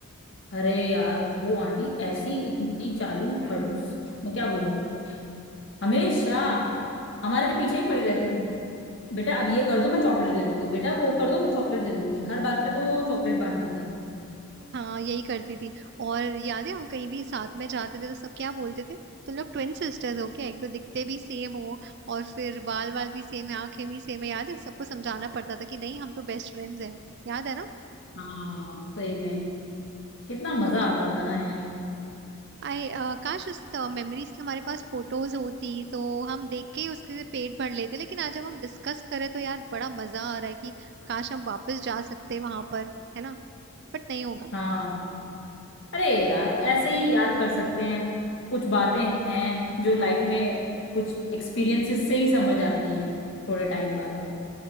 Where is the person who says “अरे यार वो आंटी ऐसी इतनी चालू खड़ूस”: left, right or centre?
Left